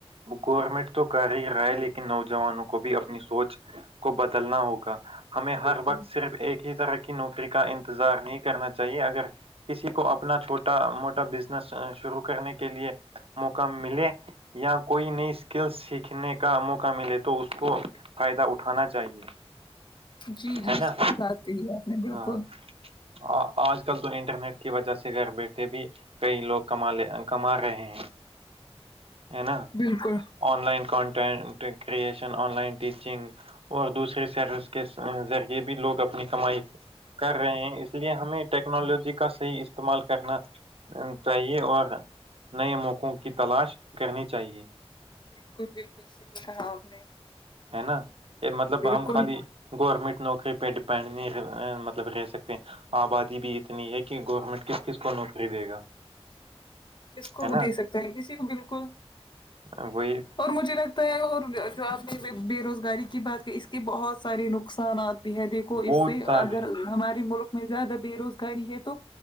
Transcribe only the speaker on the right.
گورنمنٹ تو کر ہی رہا ہے لی کن نوجوانوں کو بھی اپنی سوچ کو بدلنا ہوگا ہمیں
ہر وقت صرف ایک ہی طرح کی نوکری کا انتظار نہیں کرنا چاہیے اگر کسی کو اپنا چھوٹا موٹا بزنس شروع کرنے کے لیے موقع ملے یا کوئی نئی اسکل سیکھنے کا موقع ملے تو اس کو فائدہ اٹھانا چاہیے
ہے نا
ہاں آ آج کل تو انٹرنیٹ کی وجہ سے گھر بیٹھے بھی کئی لوگ کما لے کما رہے ہیں ہے نا
online content creation online teaching اور دوسرے سر کے زا ذریعے بھی لوگ اپنی کمائی کر رہے ہیں اس لیے ہمیں ٹیکنالوجی کا صحیح استعمال کرنا چاہیے اور نئے موقعوں کی تلاش کرنی چاہیے
ہے نا کے مطلب
ہم خالی گورنمنٹ نوکری پہ ڈیپینڈ نہیں رہ مطلب رہ سکتے آبادی بھی اتنی ہے کہ گورنمنٹ کس کس کو نوکری دے گا
ہے
آ وہی ہے
بہت
سارے